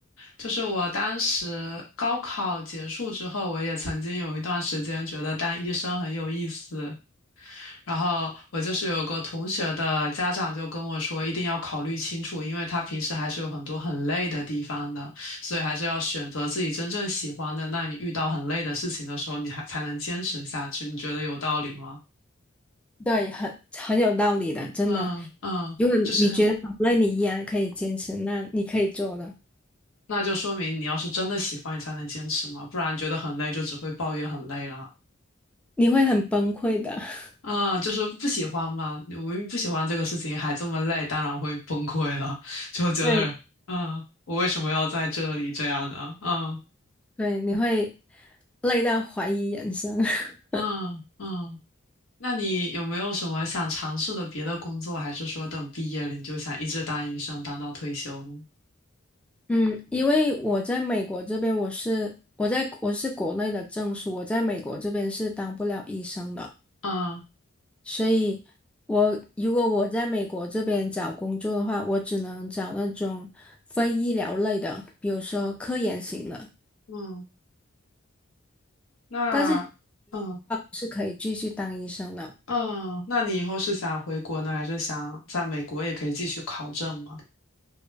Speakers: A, on the left; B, in the centre.
A: 就是我当时高考结束之后，我也曾经有一段时间觉得当医生很有意思，然后我就是有个同学的家长就跟我说，一定要考虑清楚，因为他平时还是有很多很累的地方的，所以还是要选择自己真正喜欢的。那你遇到很累的事情的时候，你还才能坚持下去。你觉得有道理吗？
B: 对，很很有道理的，真的。
A: 嗯嗯，
B: 如果你觉得好累，
A: 就是。
B: 你依然可以坚持，那你可以做的，
A: 那就说明你要是真的喜欢，你才能坚持嘛，不然觉得很累，就只会抱怨很累了。
B: 你会很崩溃的。<laughs>
A: 嗯，就是不喜欢嘛，我明明不喜欢这个事情，还这么累，当然会崩溃了，就觉得，
B: 对
A: 嗯，我为什么要在这里这样的？嗯
B: 对，你会累到怀疑人生。<laughs>
A: 嗯嗯。那你有没有什么想尝试的别的工作，还是说等毕业了你就想一直当医生，当到退休呢？
B: 嗯，因为我在美国这边，我是我在我是国内的证书，我在美国这边是当不了医生的，
A: 嗯
B: 所以我如果我在美国这边找工作的话，我只能找那种非医疗类的，比如说科研型的。
A: 嗯，那嗯
B: 但是。是可以继续当医生的。
A: 嗯，那你以后是想回国呢，还是想在美国也可以继续考证吗？